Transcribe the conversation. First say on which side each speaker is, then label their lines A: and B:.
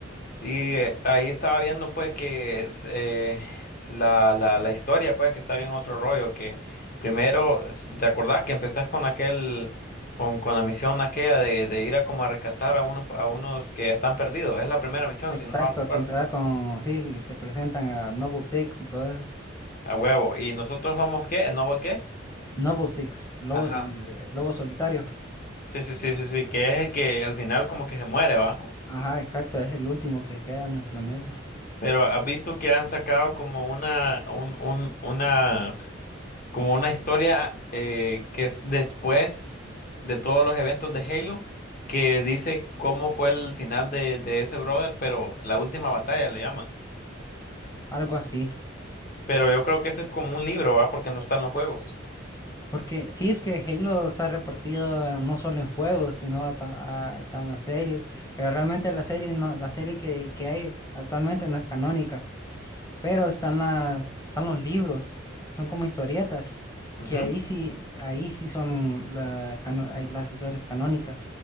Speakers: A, on the left; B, on the left.
A: Y eh, ahí estaba viendo pues que es, eh, la, la, la historia pues que está bien otro rollo, que primero, es- ¿te acordás que empezás con aquel, con, con la misión aquella de, de ir a como a rescatar a unos, a unos que están perdidos? Es la primera misión,
B: Exacto,
A: si no mal recuerdo.
B: aquí empieza con, sí, te presentan a Noble Six y todo eso.
A: A huevo. ¿Y nosotros somos qué? ¿Noble qué?
B: Noble Six, lobo,
A: Ajá.
B: el eh, lobo solitario.
A: Sí, sí, sí, sí, sí, que es el que al final como que se muere, bajo.
B: Ajá, exacto, es el último que queda en el planeta.
A: Pero has visto que han sacado como una, un, un, una como una historia eh, que es después de todos los eventos de Halo, que dice cómo fue el final de, de ese brother, pero la última batalla le llama.
B: Algo así.
A: Pero yo creo que eso es como un libro, ¿va? Porque no están los juegos.
B: Porque sí es que Halo está repartido eh, no solo en juegos, sino ta- ah, está en las series. Pero realmente la serie no, la serie que, que hay actualmente no es canónica. Pero están las, están los libros, que son como historietas,
A: Ujú.
B: que ahí sí, ahí sí son la cano- ay, las historias canónicas,